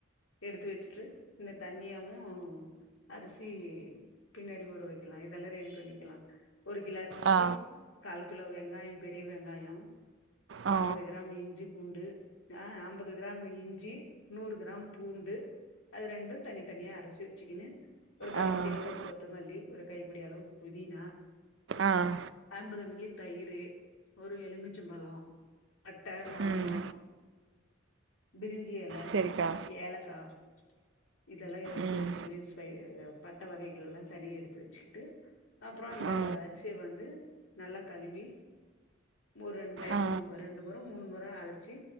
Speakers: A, on the left; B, on the right.
A: எடுத்து வச்சிட்டு இந்த தண்ணியாவும் அரிசி பின்னாடி ஊற வக்கலாம் இதெல்லாம் ரெடி பண்ணிக்கலாம் ஒரு கிலோ அரிசிக்
B: ஆ
A: கி கால் கிலோ வெங்காயம் பெரிய வெங்காயம்
B: ஆ
A: அம்பது கிராம் இஞ்சி பூண்டு ஆஹ் அம்பது கிராம் இஞ்சி நூறு கிராம் பூண்டு அது ரெண்டும் தனி தனியா அரச்சி வச்சுக்கனு ஒரு கைப்பிடி
B: ஆ
A: அளவுக்கு கொத்தமல்லி ஒரு கைபிடி அளவு புதினா
B: ஆஹ்
A: ஐம்பது மில்லி தயிறு ஒரு எலுமிச்சம்பழம் பட்ட லவங்கம்
B: ம்
A: பிரியா ஞ்சிஎல
B: சரிக்கா
A: ஏலக்காய் இதெல்லாம் எடுத்து
B: ம்
A: வச்சுக் <unintelligible> பட்ட வகைகள் எல்லா தனியா எடுத்து வச்சுக்கிட்டு அப்ற அந்த
B: ஆ
A: அரிசிய வந்து நல்லா கழுவி ஒரு ரெண்டு டைம்
B: ஆ
A: ஒரு ரெண்டு முற மூணு முற அழச்சு